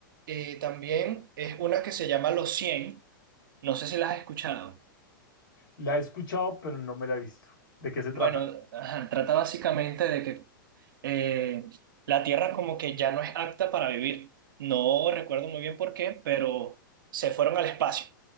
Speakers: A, on the right; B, on the left.
A: eh, también es una que se llama Los cien No sé si la has escuchado.
B: La he escuchado, pero no me la he visto. ¿De qué se trata?
A: Bueno, ajá, trata básicamente de que eh, la tierra como que ya no es apta para vivir. No recuerdo muy bien por qué, pero se fueron al espacio.